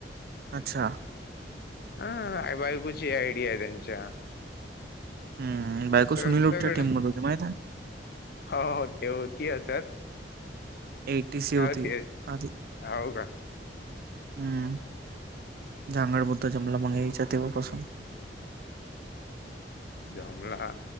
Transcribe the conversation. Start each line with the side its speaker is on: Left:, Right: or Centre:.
Right: अच्छा.
Left: हा बायकूची ह आयडिया आहे त्यांच्या.
Right: हम् बायको
Left: सर
Right: सुनीलोटच्या
Left: सगळं
Right: टीम मध होती माहित आहे.
Left: हो हो ते होती अस सर.
Right: एटी सी होती
Left: हो तेच
Right: आधी
Left: हो का.
Right: हम्म झांगड बुद्ध जमला मग यायच तेव्हापासून.
Left: जमला